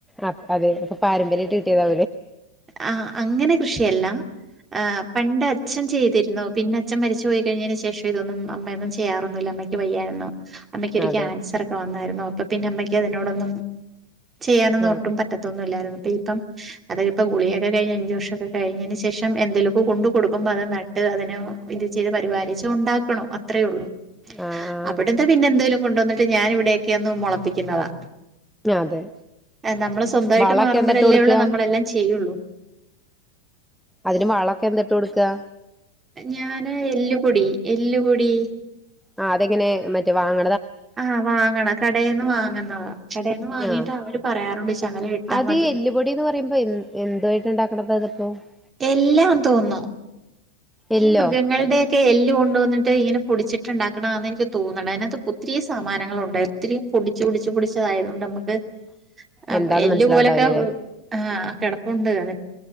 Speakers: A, in the centre; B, on the right (about 20°).
A: അ അതെ അപ്പൊ പാരമ്പര്യായിട്ട് കിട്ടിയതാ
B: ആ അങ്ങനെ കൃഷിയല്ല ആ പണ്ട് അച്ഛൻ ചെയ്തി പിന്നെ അച്ഛൻ മരിച്ചു പോയി കഴിഞ്ഞതിന് ശേഷം ഇതൊന്നും അമ്മയൊന്നും ചെയ്യറൊന്നുല്ല അമ്മയ്ക്ക് വയ്യാരുന്നു അമ്മക്ക് ഒരു
A: അതെ
B: ക്യാൻസർ ഒക്കെ വന്നായിരുന്നു ഇപ്പൊ പിന്നെ അമ്മയ്ക്ക് അതിനോടൊന്നും ചെയ്യാനന്നൊട്ടും
A: ആ
B: പറ്റത്തൊന്നുമില്ലായിരുന്നു ഇപ്പം അത് ഇപ്പ ഗുളികയൊക്കെ കഴിഞ്ഞ് അഞ്ച് വർഷമൊക്കെ കഴിഞ്ഞതിന് ശേഷം എന്തേലുമൊക്കെ കൊണ്ടു കൊടുക്കുമ്പോ അത് നട്ട് അതിന് ഇത് ചെയ്ത് പരിപാലിച്ച് ഉണ്ടാക്കണം അത്രേയുള്ളൂ
A: ആ ആ
B: അവിടെന്താ പിന്നെ എന്തേലും കൊണ്ടുവന്നിട്ട് ഞാൻ ഇവിടെയൊക്കെയൊന്ന് മുള പിക്കുന്നതാ
A: അതെ
B: നമ്മള് സ്വന്തമായിട്ട്
A: വളൊക്കെ
B: മാറുമ്പോഴല്ലേ
A: എന്താട്ട് കൊടുക്ക
B: ഉള്ളൂ നമ്മളെല്ലാം <inaudible> യ്യള്ളൂ
A: അതിന് വളൊക്കെ എന്തിട്ട് കൊടുക്കാ
B: ഞാന് എല്ലുപൊടി എല്ലുപൊടി
A: ആ അതെങ്ങനെ മറ്റേ വാങ്ങ
B: ആവാങ്ങണ കടേന്ന് വാങ്ങുന്നതാ കടേന്ന് വാങ്ങീട്ട്
A: ആ
B: അവര് പറയാറുണ്ട് ശകലം ഇട്ടാ
A: അത്
B: മതിയന്ന്
A: എല്ലുപൊടിന്ന് പറയുമ്പോ എ <unintelligible>
B: എല്ലാ തോന്നുന്നു
A: എല്ലോ
B: ഈ മൃഗങ്ങളുടെ ഒക്കെ എല്ല് കൊണ്ടോന്ന ഇങ്ങനെ പൊടിച്ചിട്ടുണ്ടാക്കണാന്ന് എനിക്ക് തോന്നണ് അതിനാത്ത് ഒത്തിരീ സാമാനങ്ങളുണ്ട് ഒത്തിരി പൊടിച്ച് പൊടിച്ച് പൊടിച്ചതായതുകൊണ്ട് നമുക്ക് ആ
A: എന്താന്ന്
B: എല്ലുപോലൊക്കെ
A: മനസ്സിലാവണ്ടാവില്ലല്ലേ
B: ആകിടപ്പുണ്ട് അ